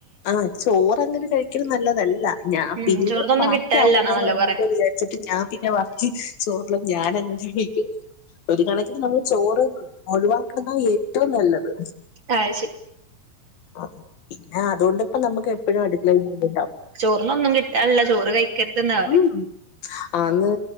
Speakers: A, on the left; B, on the right.
A: ആഹ് ചോറങ്ങനെ കഴിക്കലും നല്ലതല്ല ഞാ
B: ഉം
A: പിന്നെ
B: ചോറിന്നൊന്നും
A: ബാക്കിയാവുല്ലോന്ന്
B: കിട്ടാനില്ലന്നാണല്ലോ പറയാ
A: വിജാരിച്ച് ച്ചിട്ട് ഞാൻ പിന്നെ ബാക്കി ചോറ്ള്ള ത് ഞാൻ അങ്ങ് കഴിക്കും ഒരു കണക്കിന് നമ്മൾ ചോറ് ഒഴിവാക്കണതാ ഏറ്റവും നല്ലത്
B: അത് ശരി
A: ആ പിന്നെ അതുകൊണ്ട്പ്പ നമുക്ക് എപ്പഴും അടുക്കളെ നിന്ന്കൂട്ടാം
B: ചോറിനൊന്നും കിട്ടാനില്ല ചോറ് കഴിക്കരുതന്നാ പറയും
A: ഉം ആന്ന്